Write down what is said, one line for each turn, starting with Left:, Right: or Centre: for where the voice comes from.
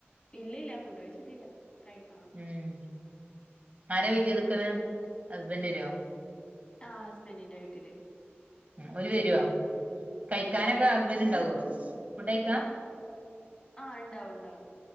Left: ഇല്ലല്ല ഫുഡ് കഴിച്ചിട്ടില്ല കഴിക്കണം
Right: ഉം ആര വെയിറ്റ് ചെയ്ത് നിക്കണേ ഹസ്ബൻറ് വരുവോ
Left: ആ ഹസ്ബൻറിന്റെ വീട്ടില്
Right: ഒരു വരുവോ കഴിക്കാനൊക്കെ ഹുസ്ബൻഡ് ഉണ്ടാവുവോ ഫുഡ് കഴിക്കാം
Left: ആഹ ഇണ്ടാവും ഉണ്ടാവും